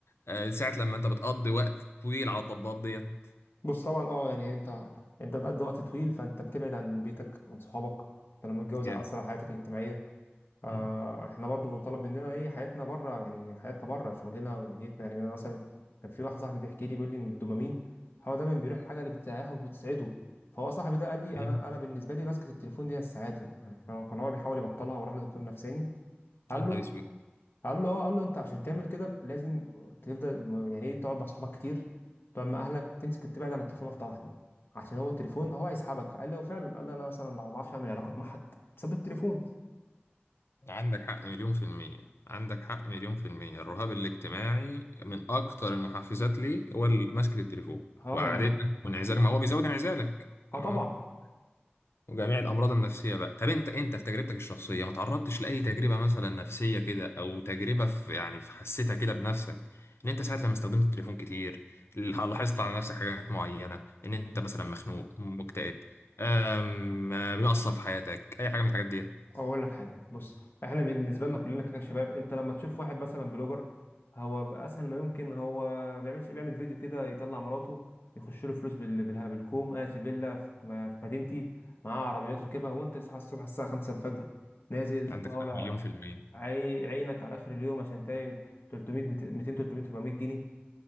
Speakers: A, on the left; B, on the left.
A: آه، ساعه لما انت بتقضي وقت طويل على التطبيقات ديت
B: بص طبعا اه يعني انت انت بتقضي وقت طويل فانت بتبعد عن بيتك عن صحابك انت لما تتجوز
A: جامد
B: هيأثر على حياتك الاجتماعيه آه
A: مم.
B: احنا برضو مطالب مننا ايه حياتنا بره يعني حياتنا بره شغلنا ودنيتنا يعني انا مثلا كان في واحد صاحبي بيحكي لي بيقول لي ان الدوبامين هو دايما بيروح الحاجه اللي بتريحه وبتسعده فهو صاحبي ده قال لي
A: جامد.
B: انا انا بالنسبه لي ماسكه التليفون دي هي السعاده يعني كان هو بيحاول يبطلها وراح لدكتور نفساني قال
A: يا نهار
B: له
A: اسود
B: قال له اه قال له انت عشان تعمل كده لازم تفضل م- يعني ايه تقعد مع اصحابك كتير تقعد مع اهلك تمسك تبعد عن التليفون واحده واحده عشان هو التليفون هو هيسحبك قال لي اه فعلا قال لي انا مثلا ما بعرفش اعمل علاقات مع حد بسبب التليفون
A: عندك حق مليون في المية عندك حق مليون في المية الرهاب الاجتماعي من أكتر المحفزات لي هو ال- ماسكة التليفون
B: اه
A: وقعدتك
B: يعني
A: وانعزالك ما هو بيزود انعزالك
B: اه
A: تمام
B: طبعا
A: وجميع الامراض النفسيه بقى طب انت انت في تجربتك الشخصيه ما تعرضتش لاي تجربه مثلا نفسيه كده او تجربه في يعني في حسيتها كده بنفسك ان انت ساعه لما استخدمت التليفون كتير لاحظت على نفسك حاجات معينه ان انت مثلا مخنوق مكتئب أم... بيأثر في حياتك اي حاجه من الحاجات دي
B: اقول لك حاجه بص احنا بالنسبه لنا كلنا كشباب انت لما تشوف واحد مثلا بلوجر هو اسهل ما يمكن هو ما بيعملش بيعمل فيديو كده يطلع مراته يخش له فلوس بال- بالها بالكوم قاعد في فيلا في م- في مدينتي معاه عربيات راكبها وانت تصحى الصبح الساعه 5 الفجر نازل
A: عندك
B: طالع
A: حق مليون في المية
B: عي- عينك على اخر اليوم عشان تاين 300 200 300 400 جنيه